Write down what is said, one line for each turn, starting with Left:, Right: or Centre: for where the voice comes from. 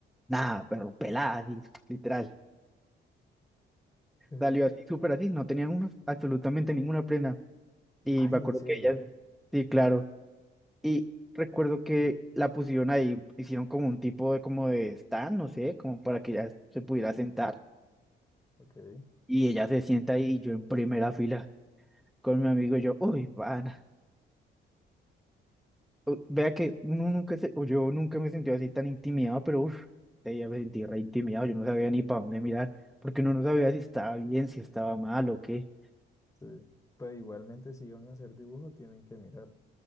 Centre: Nada, pero pelada, así, literal.
Left: Pero,
Centre: Salió así, súper así, no tenían una- absolutamente ninguna prenda. Y
Left: ay,
Centre: me acuerdo
Left: en serio.
Centre: que ella, sí, claro. Y recuerdo que la pusieron ahí, hicieron como un tipo de como de stand, no sé, como para que ella se pudiera sentar.
Left: Ok.
Centre: Y ella se sienta ahí y yo en primera fila con mi amigo y yo, uy, van. u- Vea que uno nunca se, o yo nunca me sentí así tan intimidado, pero uff, ya me sentí re intimidado, yo no sabía ni para dónde mirar, porque uno no sabía si estaba bien, si estaba mal o qué.
Left: Sí. Pero igualmente si van a hacer dibujo tienen que mirar